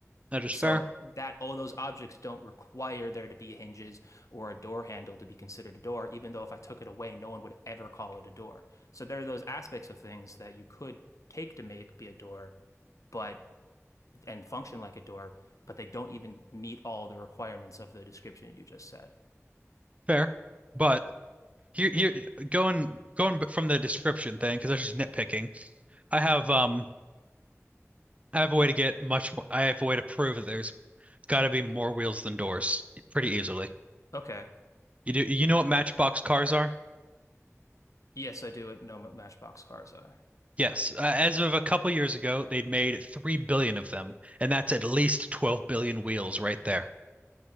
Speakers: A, on the right; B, on the left.
A: That is
B: So
A: fair.
B: that all those objects don't require there to be hinges or a door handle to be considered a door, even though if I took it away, no one would ever call it a door. So there are those aspects of things that you could take to make be a door, but and function like a door, but they don't even meet all the requirements of the description you just said.
A: Fair. But here here going going from the description thing because that's just nitpicking. I have um I have a way to get much more, I have a way to prove that there's got to be more wheels than doors pretty easily.
B: Okay.
A: You do, you know what Matchbox cars are?
B: Yes, I do know what Matchbox cars are,
A: Yes. Uh, as of a couple years ago, they'd made 3 billion of them, and that's at least 12 billion wheels right there.